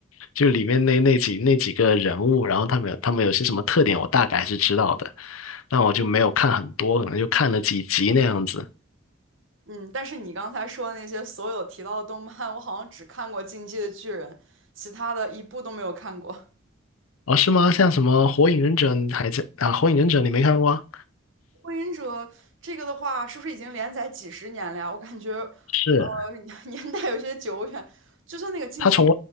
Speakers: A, on the left; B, on the right.
A: 就里面那那几那几个人物，然后他们有他们有些什么特点，我大概还是知道的。但我就没有看很多，可能就看了几集那样子。
B: 嗯，但是你刚才说的那些所有提到的动漫，我好像只看过《进击的巨人》，其他的一部都没有看过。
A: 哦，是吗？像什么《火影忍者》，你还在啊？《火影忍者》你没看过啊？
B: 《火影者》这个的话，是不是已经连载几十年了呀？我感觉，
A: 是。
B: 呃，<laughs> 年代有些久远。就算那个《进击的巨
A: 他从